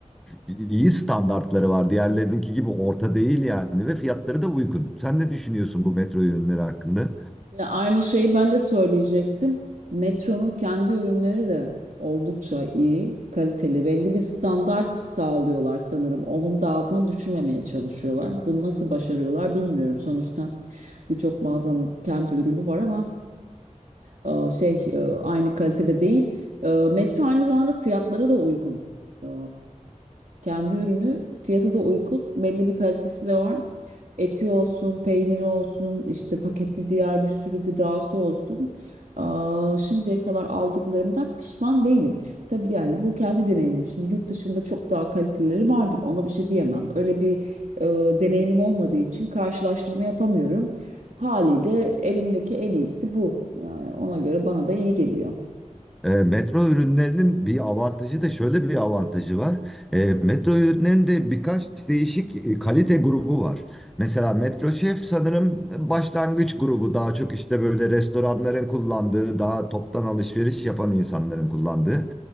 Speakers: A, in the centre; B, on the right.
A: iyi standartları var. Diğerlerininki gibi orta değil yani ve fiyatları da uygun. Sen ne düşünüyorsun bu Metro ürünleri hakkında?
B: ya aynı şeyi ben de söyleyecektim. Metro'nun kendi ürünleri de oldukça iyi, kaliteli. Belli bir standart sağlıyorlar sanırım. Onun da altına düşürmemeye çalışıyorlar. Bunu nasıl başarıyorlar bilmiyorum. Sonuçta birçok mağazanın kendi ürünü var ama e, şey e, aynı kalitede değil. E, Metro aynı zamanda fiyatları da uygun. E, kendi ürünü fiyatı da uygun. Belli bir kalitesi de var. Eti olsun, peyniri olsun, işte paketli diğer bir sürü gıdası olsun. E, şimdiye kadar aldıklarımdan pişman değilim. Tabii yani bu kendi deneyimim. Şimdi yurt dışında çok daha kalitelileri vardır. Ona bir şey diyemem. Öyle bir e, deneyimim olmadığı için karşılaştırma yapamıyorum. Haliyle elimdeki en iyisi bu. Yani ona göre bana da iyi geliyor.
A: E, metro ürünlerinin bir avantajı da şöyle bir avantajı var. E, metro ürünlerinin de birkaç değişik e, kalite grubu var. Mesela Metro Chef sanırım başlangıç grubu daha çok işte böyle restoranların kullandığı, daha toptan alışveriş yapan insanların kullandığı.